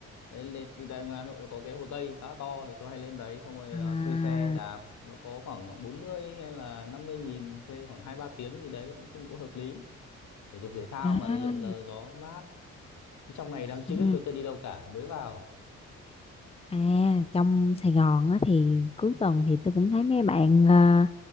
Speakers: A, on the left; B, on the left.
A: đấy lên từ tại ngoài Hà Nội nó có cái Hồ Tây khá to thì tôi hay lên đấy xong rồi
B: À,
A: ờ, thuê xe đạp nó có khoảng 40 hay là năm mươi nghìn thuê khoảng hai ba tiếng gì đấy nói chung cũng hợp lý thể dục thể thao
B: à,
A: mà lượn lờ gió mát cái trong này đang chưa
B: <laughs>
A: biết
B: ừ.
A: cô tớ đi đâu cả mới vào
B: à, trong Sài Gòn á thì cuối tuần thì tôi cũng thấy mấy bạn à,